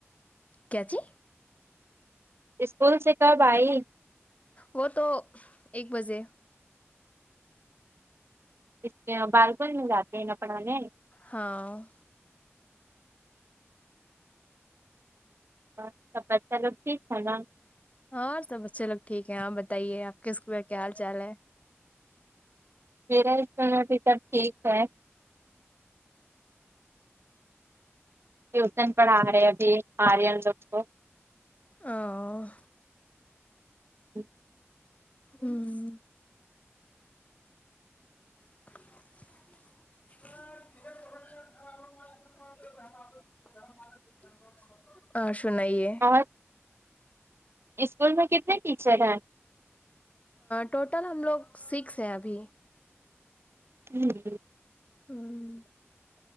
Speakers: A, on the left; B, on the right.
A: کیا چی
B: اسکول سے کب آئی
A: وہ تو ایک بجے
B: اس <unintelligible> جاتے ہیں نا پڑھانے
A: ہاں
B: اور سب بچہ لوگ ٹھیک ہے نا
A: ہاں سب بچے لوگ ٹھیک ہیں آپ بتائیے آپ کے اسکول میں کیا حال چال ہے
B: میرا اسکول میں بھی سب ٹھیک ہے ٹیوشن پڑھا رہے ہیں ابھی آریان لوگ کو
A: آؤ
B: جی
A: ہوں <unintelligible> اور سنائیے
B: بہت اسکول میں کتنے ٹیچر ہیں
A: ٹوٹل ہم لوگ سکس ہیں ابھی
B: ٹھیک ہے
A: ہوں